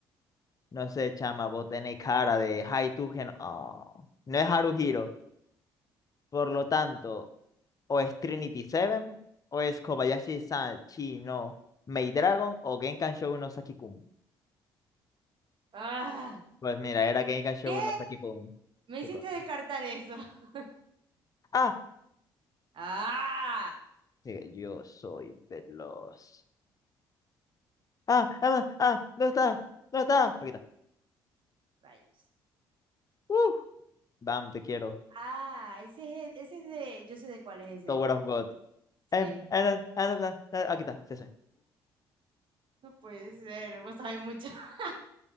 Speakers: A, on the left (about 30°); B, on the right (about 45°).
A: no sé, chama, vos tenés cara de Haitugen. Oh, no es Haruhiro. Por lo tanto, o es Trinity Seven, o es Kobayashi-san Chi no Maid Dragon, o Genkan Shou no Saki-kun.
B: Ah,
A: Pues mira, era Genkan Shou
B: ¿qué?
A: no Saki-kun.
B: Me
A: ¿Qué
B: hiciste
A: cosa?
B: descartar eso. <laughs>
A: ¡Ah!
B: Ah,
A: Sí, yo soy veloz. ¡Ah! ¡Ah! ¡Ah! ¿Dónde está? ¿Dónde está? Aquí está.
B: rayos.
A: ¡Uh! Bam, te quiero.
B: Ah, ese es, ese es de, yo sé de cuál es
A: Tower
B: ese.
A: of God.
B: Sí,
A: Em, em, em, em, em, em, aquí está. Sí, sí.
B: no puede ser, vos sabés mucho. <laughs>